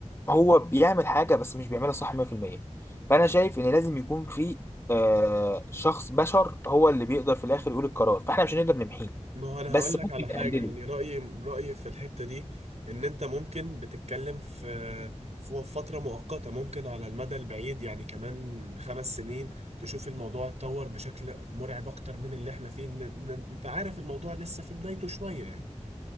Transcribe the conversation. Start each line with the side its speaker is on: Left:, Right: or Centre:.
Left: هو بيعمل حاجه بس مش بيعملها صح 100% فانا شايف ان لازم يكون في آه شخص بشر هو اللي بيقدر في الاخر يقول القرار فاحنا مش هنقدر نمحيه
Right: ما هو انا
Left: بس
Right: هقول لك
Left: ممكن
Right: على حاجه
Left: نقلله
Right: يعني رايي رايي في الحته دي ان انت ممكن بتتكلم في في فتره مؤقته ممكن على المدى البعيد يعني كمان خمس سنين تشوف الموضوع اتطور بشكل مرعب اكتر من اللي احنا فيه إن- إن- انت عارف الموضوع لسه في بدايته شويه يعني